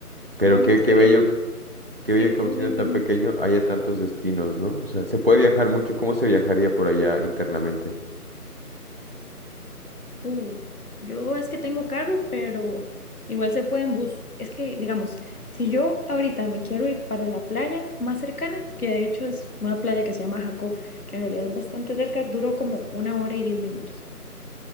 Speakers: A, on the right; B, on the left.
A: Pero
B: Somos
A: qué,
B: más
A: qué
B: pequeños.
A: bello, qué
B: Sí,
A: bello
B: somos
A: que aun
B: muy,
A: siendo
B: muy,
A: tan
B: muy
A: pequeño
B: pequeños.
A: haya tantos destinos, ¿no? O sea, se puede viajar mucho, ¿cómo se viajaría por allá internamente?
B: Uh, yo es que tengo carro, pero igual se puede en bus. Es que, digamos, si yo ahorita me quiero ir para la playa más cercana, que de hecho es una playa que se llama Jacó, que en realidad es bastante cerca, duró como una hora y diez minutos.